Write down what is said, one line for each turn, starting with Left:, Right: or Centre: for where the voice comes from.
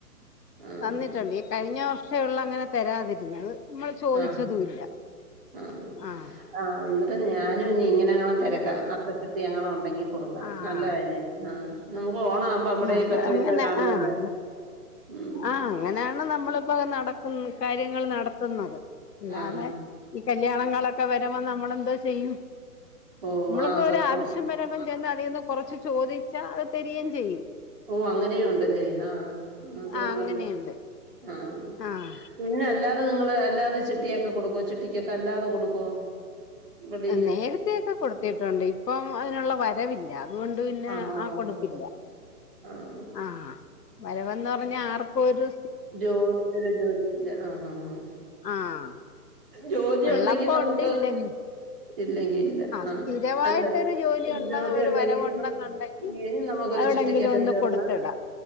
Right: ആഹ്.
Left: തന്നിട്ടുണ്ട് ഈ കഴിഞ്ഞ വർഷേ ഒള്ളു അങ്ങനെ തെരാതിരുന്നത് നമ്മള് ചോദിച്ചതൂല്ല
Right: ആഹാ. ആഹ്.
Left: ആഹ്
Right: ആഹ് എന്നിട്ട് ഞാനും ഇനി ഇങ്ങനാണം തെരക്കാ അത്തച്ചുത്തി എങ്ങാണം ഒണ്ടെങ്കി കൊടുക്കാം
Left: ആഹ്
Right: നല്ല കാര്യം ആഹ് നമുക്ക് ഓണാവുംമ്പോ നമ്മടെ
Left: നല്ല
Right: ഈ പത്ത്
Left: അങ്ങനെ
Right: പൈസ കാണുവല്ലേ
Left: ആഹ്
Right: ഉം.
Left: ആഹ് അങ്ങനെയാണ് നമ്മളിപ്പോ നടക്കുന്ന കാര്യങ്ങൾ നടത്തുന്നത് ഇല്ലാതെ
Right: ആഹാ.
Left: ഈ കല്യാണങ്ങളൊക്കെ വെരുംമ്പോ നമ്മളെന്തോ ചെയ്യും.
Right: ഓഹ്
Left: നമ്മൾക്ക്
Right: ആഹ്
Left: ഒരാവിശ്യം
Right: സത്യാ.
Left: വെരുംമ്പോം ചെന്ന് അതീന്ന് കൊർച്ച് ചോദിച്ചാൽ അ തെരേം ചെയ്യും.
Right: ഓ അങ്ങനെയുണ്ടല്ലേ ആഹ്. അത്
Left: ആഹ്
Right: കൊള്ളാല്ലോ.
Left: അങ്ങനെയുണ്ട്.
Right: ആഹ്
Left: ആഹ്
Right: പിന്നെ അല്ലാതെ നിങ്ങള് അല്ലാതെ ചിട്ടിയൊക്കെ കൊടുക്കോ ചിട്ടിക്കൊക്കെ അല്ലാതെ കൊടുക്കോ. വെളിയില്?
Left: നേര്ത്തേയൊക്ക കൊടുത്തിട്ടുണ്ട് ഇപ്പം അതിനുള്ള വെരവില്ല. അതോണ്ട് പിന്നെ
Right: ആഹാ.
Left: ആ
Right: ഓഹ്
Left: കൊടുപ്പില്ല
Right: കൊടുക്കത്തില്ല. ആഹ്.
Left: ആഹ് വെരവെന്ന് പർഞ്ഞാ ആർക്കൊരു.
Right: ജോ ത്തര ജോലില്ലാഹ് ആഹ് ആഹ് ആഹ്.
Left: ആഹ്
Right: ജോലി
Left: ഉള്ളപ്പോ
Right: ഒണ്ടെങ്കി നമുക്ക്.
Left: ഉണ്ട് ഇല്ലെങ്കി
Right: ഇല്ലെങ്കി ഇല്ല ആഹ്
Left: സ്ഥിരമായിട്ടൊരു
Right: അല്ല
Left: ഉണ്ടെന്ന്
Right: ജോലി
Left: ഒരു
Right: ഒണ്ടെങ്കി
Left: വരവുണ്ടെന്നുണ്ടെങ്കിൽ
Right: നമ ഇയ്യെങ്കി നമുക്കൊരു
Left: എവിടെങ്കിലും
Right: ചിട്ടിക്കൊക്കെ
Left: ഒന്ന്
Right: ചേർന്ന്
Left: കൊടുത്തിടാം